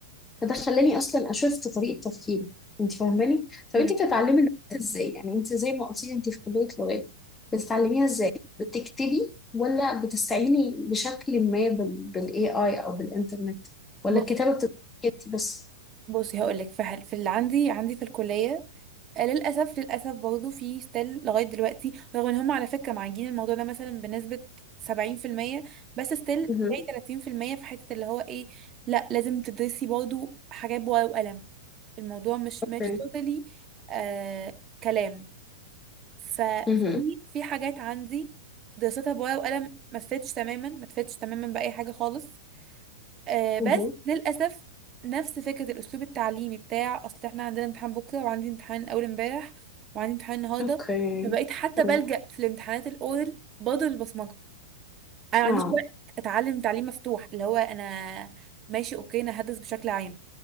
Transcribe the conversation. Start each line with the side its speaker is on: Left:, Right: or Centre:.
Left: فده خلاني اصلا اشفت طريقه تفكيري انت فاهماني طب
Right: امم
Left: انت بتتعلمي اللغات ازاي يعني انت زي ما قلتي انت في كليه لغات بتتعلميها ازاي بتكتبي ولا بتستعيني بشكل ما بال بالاي اي او بالانترنت ولا
Right: بص
Left: الكتابه بتبقى انت بس
Right: بصي هقول لك في في اللي عندي عندي في الكلية آه، للأسف للأسف برضه في ستيل لغاية دلوقتي رغم إن هم على فكرة معالجين الموضوع ده مثلا بنسبة سبعين في المية بس ستيل
Left: مهم.
Right: باقي تلاتين في المية في حتة اللي هو إيه لأ لازم تدرسي برضه حاجات بورقة وقلم الموضوع مش
Left: اوكي
Right: مش توتالي آه كلام ففي
Left: مهم.
Right: في حاجات عندي دراستها بورقة وقلم ما تفيدش تماما ما تفيدش تماما بأي حاجة خالص آه بس
Left: مهم.
Right: للأسف نفس فكرة الأسلوب التعليمي بتاع أصل احنا عندنا امتحان بكرة وعندي امتحان أول امبارح وعندي امتحان النهاردة
Left: اوكي
Right: فبقيت حتى
Left: مم.
Right: بلجأ في الامتحانات الأورال برضه للبصمجة أنا ما
Left: اه
Right: عنديش وقت أتعلم تعليم مفتوح اللي هو أنا ماشي أوكي أنا هدرس بشكل عام